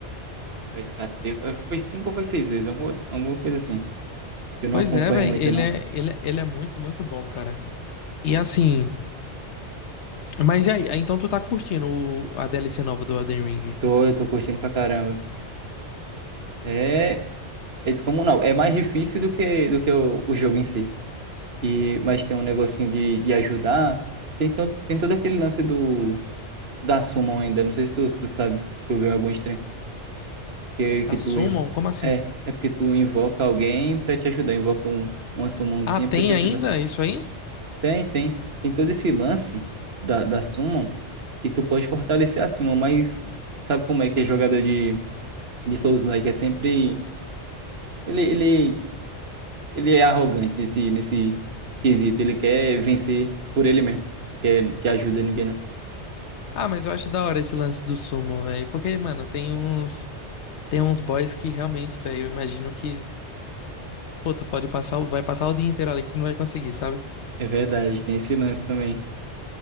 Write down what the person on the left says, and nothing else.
Pois
é, velho,
ele
é, ele, é- ele é muito, muito bom, cara. E assim, mas e aí? Ah, Então tu tá curtindo o- a DLC nova do Elden Ring?
Da
Summon?
Como assim?
Ah, tem
ainda isso aí?
Ah, mas eu acho da hora esse lance do Summon, velho. Porque, mano, tem uns, tem uns boys que realmente, velho, eu imagino que, pô, tu pode passar, o- vai passar o dia inteiro ali que tu não vai conseguir, sabe?